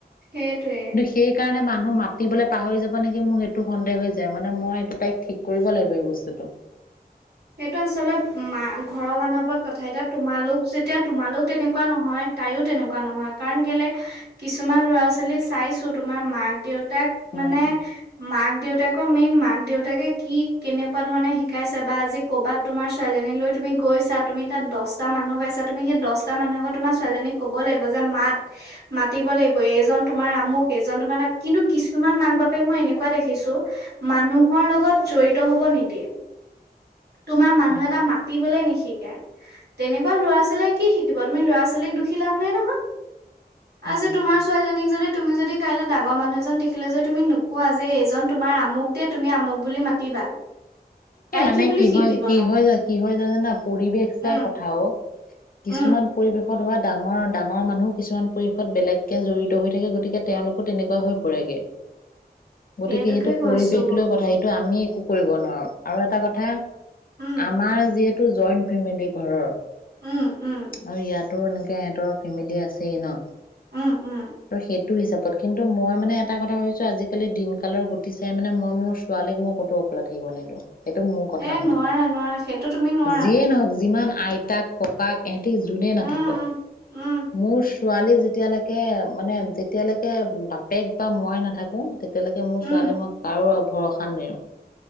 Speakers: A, on the right; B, on the left.
A: সেইটোৱে।
B: সেইকাৰণে মানুহ মাতিবলৈ পাহৰি যাব নেকি মোৰ সেইটো সন্দেহ হৈ যায় মানে মই এইটো তাইক ঠিক কৰিব লাগিব এই বস্তুটো।
A: সেইটো আচলত মা ঘৰৰ মানুহৰ ওপৰত কথা। এতিয়া তোমালোক যেতিয়া তোমালোক তেনেকুৱা নহয়, তাইয়ো তেনেকুৱা নহয়। কাৰণ কেলে কিছুমান ল'ৰা ছোৱালী চাইছো তোমাৰ মাক দেউ- তাক
B: উম
A: মানে মাক দেউতা- কো মেইন মাক দেউতাকে কি কেনেকুৱা ধৰণে শিকাইছে বা আজি- ক'ৰবাত তোমাৰ ছোৱালীজনীলৈ তুমি গৈছা, তুমি তাত দহটা মানুহ পাইছা তুমি সেই দহটা মানুহৰ আগত তোমাৰ ছোৱালীজনীক- ক'ব লাগিব যে মাত। মাতিব লাগিব। এইজন তোমাৰ আমুক এজন তোমাৰ, কিন্তু কিছুমান মাক বাপেক মই এনেকুৱা দেখিছোঁ- মানুহৰ লগত জড়িত হব নিদিয়ে। তোমাৰ মানুহ
B: উম
A: এটা মাতিবলে নিশিকায়। তেনেকুৱা ল'ৰা ছোৱালীয়ে কি শিকিব তুমি ল'ৰা ছোৱালীক দুখী লাভ নাই নহয়।
B: উম
A: আজি তোমাৰ ছোৱালীজনীক যদি- তুমি যদি কাইলৈ ডাঙৰ মানুহ এজন দেখিলে যে তুমি নোকোৱা যে এইজন তোমাৰ আমুক দে তুমি আমুক বুলি মাতিবা। তাই
B: এ, মানে
A: বুলি
B: কি
A: শিকিব
B: হয় কি
A: নো
B: হৈ য কি হৈ জান জানা পৰিৱেশ
A: উম
B: চাই কথা অও। কিছুমান
A: উম
B: পৰিৱেশত হোৱা ডাঙৰ ডাঙৰ মানুহ কিছুমান পৰিৱেশত বেলেগকে জড়িত হৈ থাকে গতিকে তেওঁলোক- তেনেকুৱা হৈ পৰেগে। গতিকে
A: সেইটোকে
B: সেইটো
A: কৈছো
B: পৰিৱেশ লৈ কথা সেইটো আমি একো কৰিব নোৱাৰোঁ। আৰু এটা কথা-
A: উম
B: আমাৰ যিহেতু জইণ্ট ফেমিলি ঘৰৰ।
A: উম' উম।
B: আৰু ইয়াতো এনেকে ইহঁতৰ ফেমিলি আছেই ন।
A: উম উম
B: ত' সেই- টো হিচাপত। কিন্তু মই মানে এটা কথা ভাবছোঁ আজিকালি দিনকালৰ গটি চাই মানে মই ছোৱালীক মোৰ ক'তো- থাকিব নিদু। এইেইটো মোৰ কথা
A: এ
B: মানে।
A: নোৱাৰা নোৱাৰা সেইটো তুমি নোৱাৰা
B: যিয়ে নহওক যিমান আইতাক ককাক- হেতি যোনেই
A: উম
B: নাথাকক।
A: উম উম'
B: মোৰ ছোৱালী যেতিয়ালৈকে মানে যেতিয়ালৈকে বাপেক বা মই নাথাকোঁ- এতিয়ালৈকে মোৰ ছোৱালী
A: উম
B: মই কাৰো আৰু ভৰসা নেৰোঁ।